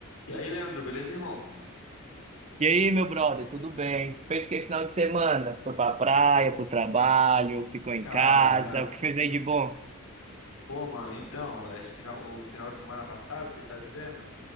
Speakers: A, on the left (about 80°); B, on the right (about 30°).
A: E aí, Leandro, beleza, irmão?
B: E aí, meu brother, tudo bem? Fez o que final de semana? Foi pra praia, pro trabalho, ficou em
A: Cara,
B: casa, o que fez aí de bom?
A: pô, mano, então, é final, o final de semana passado, você tá dizendo?